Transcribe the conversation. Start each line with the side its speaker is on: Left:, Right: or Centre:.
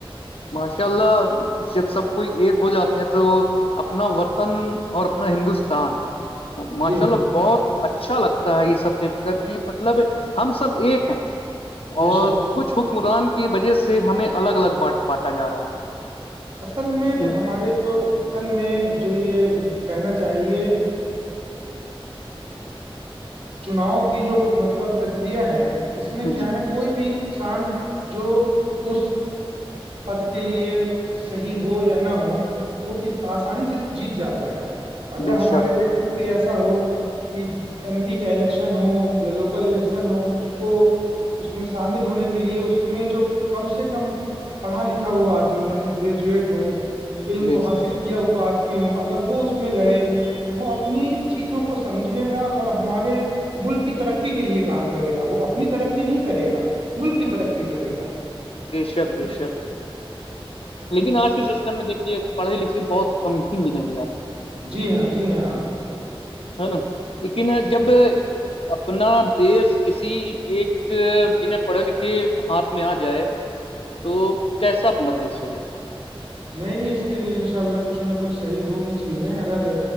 Left: ماشاء اللہ جب سب کوئی ایک ہو جاتے ہیں تو اپنا وطن اور اپنا ہندوستان ماشاء
Right: جی ہاں
Left: اللہ بہت اچھا لگتا ہے یہ سب دیکھ کر کہ مطلب ہم سب ایک ہیں
Right: بے
Left: اور
Right: شک
Left: کچھ حکمران کی وجہ سے ہمیں الگ الگ بانٹا جا رہا ہے
Right: اصل میں
Left: ان-
Right: ہمارے جو ن میں جو یہ کہنا چاہیے چناؤ کی جو مطلب پرکریا ہے اس میں کیا
Left: جی
Right: ہے کوئی بھی انسان جو اس پد کے لیے صحیح ہو یا نہ ہو وہ کس آسانی سے جیت جاتا ہے اگر
Left: بے
Right: ہمارے
Left: شک
Right: دیش میں بھی ایسا ہو کہ ایم پی کا الیکشن ہو یا لوکل الیکشن ہو اس کو اس میں شامل ہونے کے لیے اس میں جو کم سے کم پڑھا لکھا ہوا آدمی یعنی گریجویٹ ہو علم
Left: بے
Right: کو حاصل
Left: شک
Right: کیا ہوا آدمی ہو اگر وہ اس میں لڑے تو وہ اپنی چیزوں کو سمجھے گا اور ہمارے ملک کی ترقی کے لیے کام کرے گا وہ اپنی ترقی نہیں کرے گا ملک کی ترقی کرے گا
Left: دیشت دیشک لیکن آج کے سسٹم میں دیکھیے پڑھے لکھے بہت کم ہی ملیں گے آپ کو
Right: جی ہاں جی ہاں آپ
Left: ہے نا لیکن جب اپ اپنا دیس کسی ایک بنا پڑھے لکھے ہاتھ میں آ جائے تو کیسا اپنا دیش چلے گا
Right: نہیں نہیں اس کے لیے ان شاء اللہ کچھ نہ کچھ صحیح ہوگی چیزیں اگر